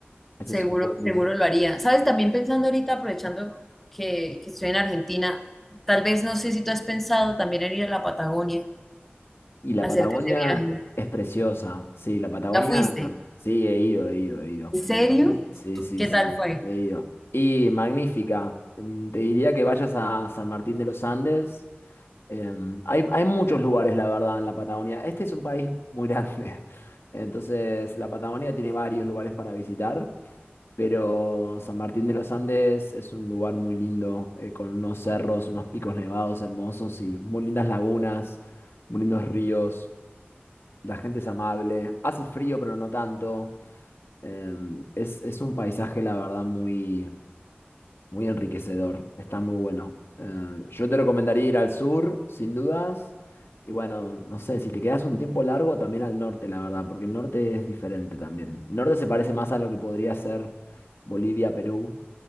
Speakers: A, on the left; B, in the centre.
A: Ese
B: Seguro,
A: es un buen...
B: seguro lo haría. ¿Sabes? También pensando ahorita, aprovechando que, que estoy en Argentina, tal vez no sé si tú has pensado también en ir a la Patagonia,
A: Y la
B: a
A: Patagonia
B: hacerte ese viaje.
A: es preciosa. Sí, la Patagonia,
B: ¿Ya fuiste?
A: sí, he ido, he ido, he ido.
B: ¿En serio?
A: Sí, sí,
B: ¿Qué
A: sí,
B: tal fue?
A: he ido. Y magnífica. Mm, Te diría que vayas a San Martín de los Andes Em, hay, hay muchos lugares, la verdad, en la Patagonia. Este es un país muy grande. <laughs> Entonces, la Patagonia tiene varios lugares para visitar, pero San Martín de los Andes es un lugar muy lindo, eh, con unos cerros, unos picos nevados hermosos y muy lindas lagunas, muy lindos ríos. La gente es amable. Hace frío, pero no tanto. Em, es, es un paisaje, la verdad, muy, muy enriquecedor, está muy bueno. Eh, yo te recomendaría ir al sur, sin dudas. Y bueno, no sé, si te quedas un tiempo largo, también al norte, la verdad, porque el norte es diferente también. El norte se parece más a lo que podría ser Bolivia, Perú,